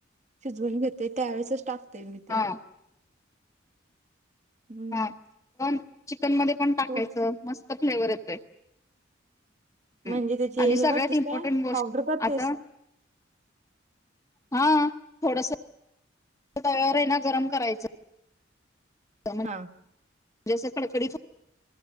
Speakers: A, on the right (about 35°); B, on the left (about 15°).
A: शिजवून घेतय त्यावेेळेसच टाकतेय मी ते.
B: हा
A: हम्म
B: हा पण चिकन मध्ये पण टाकायचं,
A: तू
B: मस्त फ्लेवर येतोय. हम्म,
A: म्हणजे त्याची
B: आणि सगळ्यात
A: हे करतेस
B: इम्पॉर्टंट
A: काय
B: गोष्ट,
A: पावडर करतेस?
B: आताऽ हा, थोडस तव्यावर आहेना गरम करायचं म्हणजे
A: हा
B: आस कडकडीत होतयऽ